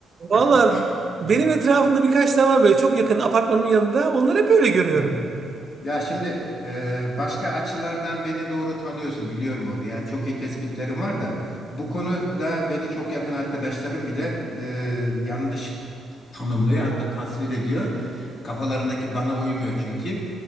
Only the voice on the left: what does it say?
<laughs> Bak,
evet. Ya şimdi e, başka açılardan beni doğru tanıyorsun biliyorum onu. Yani çok iyi tespitlerim var da bu konuda beni çok yakın arkadaşlarım bile e, yanlış tanımlıyor hatta tasvir ediyor. Kafalarındaki bana uymuyor çünkü.